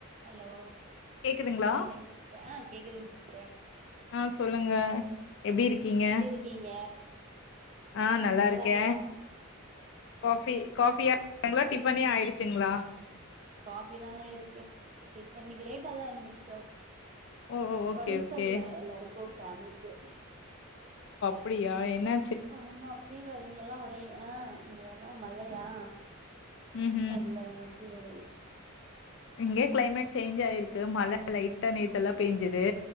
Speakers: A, on the right (about 30°); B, on the left (about 55°).
A: Hello
B: கேக்குதுங்களா
A: சொல்லுங்க sister கேக்குதுங் சி
B: ஆ சொல்லுங்க எப்டி இருக்கீங்க
A: எப்டி இருக்கீங்க?
B: ஆ நல்லாருக்கே
A: நல்லா இருக்கோ
B: காஃபி காஃபி <inaudible> டிஃபனே ஆயிடுச்சுங்ளா?
A: காஃபி தாங்க ஆயிருக்கு டிஃப் இன்னக்கி லேட்டா தா எந்துருச்சோ
B: ஓ ஓ ஓகே
A: ஒடம்
B: ஓகே
A: சர்ல எல்லாரு க்கு ஃபேமிலிக்கே
B: புடியா என்னா
A: ஆமா ஃபீவர் இங்க எல்லாம் ஒரே ஆஹ் இங்க எல்லாம் மழையா
B: ம்
A: நல்லா எனக்கு பிவர் இருக்கு
B: இங்கயே கிளைமேட் சேஞ்ச் ஆயிருக்கு மழை லைட்டா நேத்தெல்லாம் பேஞ்சுது